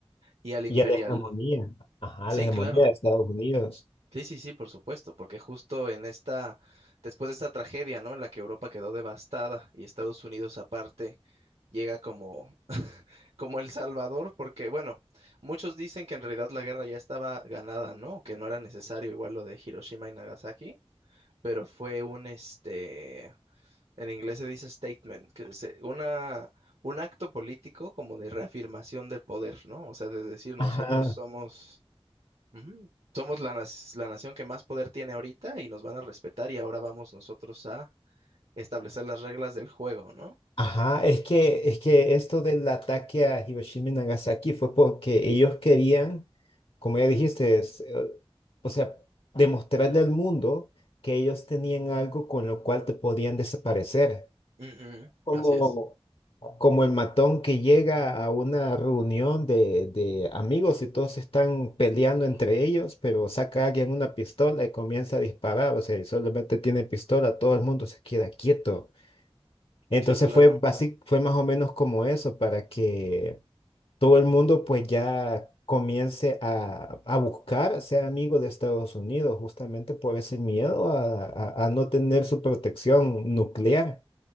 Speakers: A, on the right; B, on the left.
A: y al imperial.
B: Y a la hegemonía, ajá,
A: Sí,
B: la hegemonía
A: claro.
B: de Estados Unidos.
A: Sí, sí, sí, por supuesto, porque justo en esta, después de esta tragedia, ¿no? En la que Europa quedó devastada y Estados Unidos aparte llega como, como el Salvador, porque bueno, muchos dicen que en realidad la guerra ya estaba ganada, ¿no? Que no era necesario igual lo de Hiroshima y Nagasaki, pero fue un, este, En inglés se dice statement, que es eh, una, un acto político como de reafirmación del poder, ¿no? O sea, de decir nosotros
B: Ajá.
A: somos, ujú, somos la, nas- la nación que más poder tiene ahorita y nos van a respetar y ahora vamos nosotros a establecer las reglas del juego, ¿no?
B: Ajá, es que, es que esto del ataque a Hiroshima y Nagasaki fue porque ellos querían, como ya dijiste, es, eh, o sea, demostrarle al mundo que ellos tenían algo con lo cual te podían desaparecer.
A: Ujú,
B: Como,
A: así es.
B: como el matón que llega a una reunión de, de amigos y todos están peleando entre ellos, pero saca a alguien una pistola y comienza a disparar, o sea, y solamente tiene pistola, todo el mundo se queda quieto. Entonces
A: Sí, claro.
B: fue basic, fue más o menos como eso, para que todo el mundo pues ya comience a, a buscar ser amigo de Estados Unidos, justamente por ese miedo a, a- a no tener su protección nuclear.